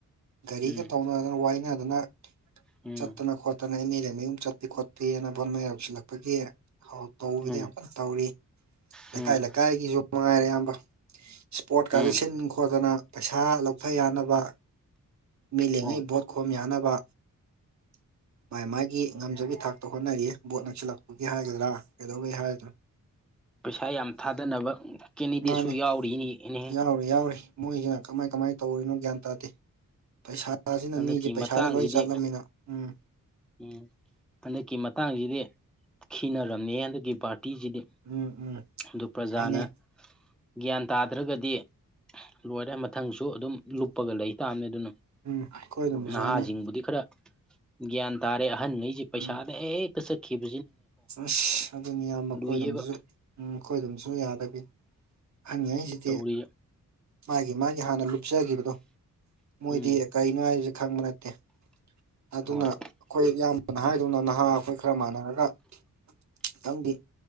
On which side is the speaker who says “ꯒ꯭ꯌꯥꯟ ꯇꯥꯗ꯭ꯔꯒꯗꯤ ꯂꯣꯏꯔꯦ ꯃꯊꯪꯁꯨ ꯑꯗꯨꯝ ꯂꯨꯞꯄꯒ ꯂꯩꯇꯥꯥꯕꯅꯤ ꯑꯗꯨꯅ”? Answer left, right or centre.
Centre